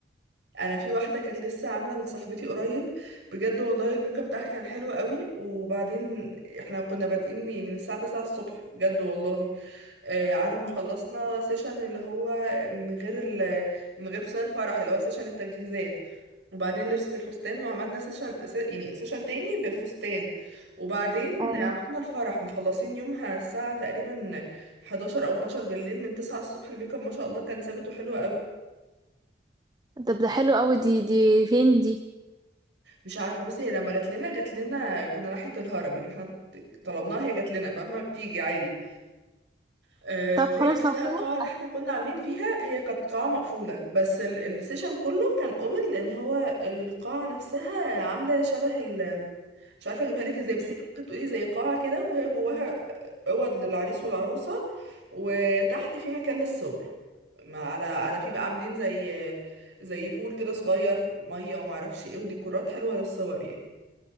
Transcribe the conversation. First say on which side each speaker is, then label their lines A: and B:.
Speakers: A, on the right (about 75°); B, on the right (about 20°).
A: انا في واحده كانت لسه عامله لصاحبتي قريب بجد والله الميك اب بتاعها كان حلو قوي وبعدين احنا كنا بادئين يعني من الساعه 9 الصبح بجد والله آه، على ما خلصنا سيشن اللي هو من غير ال من غير فستان الفرح اللي هو سيشن التجهيزات وبعدين لبسة الفستان وعملنا سيشن س- يعني سيشن تاني بالفستان وبعدين
B: آه.
A: عملنا الفرح مخلصين يومها الساعة تقريبا 11 او 12 بالليل من 9 الصبح الميك اب ما شاء الله كان ثابت وحلو قوي
B: طب ده حلو قوي دي دي فين دي
A: مش عارفة بصي هي لما جات لنا جات لنا كنا ناحية الهرم يعني احنا طلبناها هي جات لنا فاهمة بتيجي عادي آه،
B: طب
A: وهي
B: خلاص
A: نفسها
B: لو كده
A: القاعة اللي احنا كنا عاملين فيها هي كانت قاعة مقفولة بس ال- السيشن كله كان اوبن لان هو القاعة نفسها عاملة شبه ال مش عارفة اجيبها لك ازاي
B: مم.
A: بس هي ممكن تقولي زي قاعة كده وهي جواها اوض للعريس والعروسة وتحت في مكان للصور ما على على في بقى عاملين زي زي بول كده صغير مية وما اعرفش ايه وديكورات حلوة للصور يعني